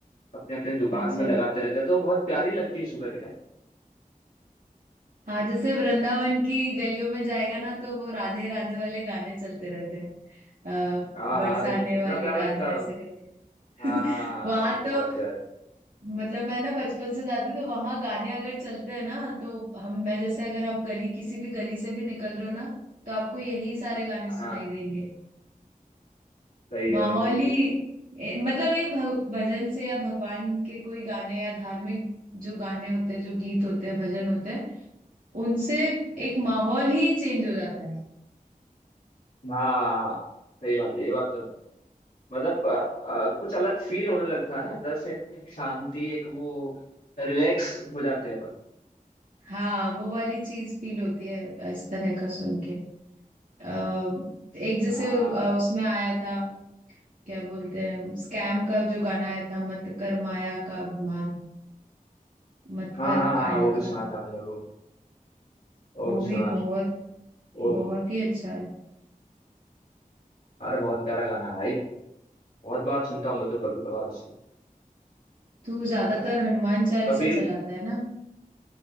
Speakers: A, on the left; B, on the right.
A: अपने अपने दुकान
B: अच्छा
A: में लगाते रहते हैं तो वो बहुत प्यारी लगती है सुबह के टाइम
B: हाँ जैसे वृंदावन की गलियों में जाएगा ना तो वो राधे राधे वाले गाने चलते रहते हैं आ,
A: हाँ हाँ,
B: बरसाने
A: अरे कितना
B: वाली
A: प्यारा
B: राधे
A: लगता है
B: ऐसे
A: वो।
B: करके
A: हाँ
B: <laughs> वहां
A: वो बहुत
B: तो
A: प्यारा है।
B: मतलब मैं ना बचपन से जाती हूँ तो वहां गाने अगर चलते हैं ना तो हम मैं जैसे अगर आप गली किसी भी गली से भी निकल रहे हो ना तो आपको यही सारे गाने
A: हाँ
B: सुनाई देंगे
A: सही
B: माहौल
A: है भाई सही
B: ही
A: है
B: ए, मतलब ये भग, भजन से या भगवान के कोई गाने या धार्मिक जो गाने होते हैं जो गीत होते हैं भजन होते हैं उनसे एक माहौल ही चेंज हो जाता है
A: हाँ हाँ, हाँ, सही बात है ये बात तो मतलब अ, अ, कुछ अलग फील होने लगता है ना अंदर से एक शांति एक वो रिलैक्स हो जाते हैं अपन
B: हाँ वो वाली चीज फील होती है इस तरह का सुन के अ, एक जैसे
A: हाँ
B: अ, उसमें आया था क्या बोलते हैं स्कैम का जो गाना आया था मत कर माया का अभिमान मत
A: हाँ
B: कर
A: हाँ
B: काया
A: हाँ वो भी सुना
B: का
A: था मैंने वो वो
B: वो
A: भी
B: भी
A: सुना
B: बहुत
A: था वो
B: बहुत ही अच्छा है
A: अरे बहुत प्यारा गाना है भाई बहुत बार सुनता हूँ मैं तो कभी कभार उसको
B: तू ज्यादातर
A: मैं
B: हनुमान चालीसा
A: कबीर
B: चलाता है ना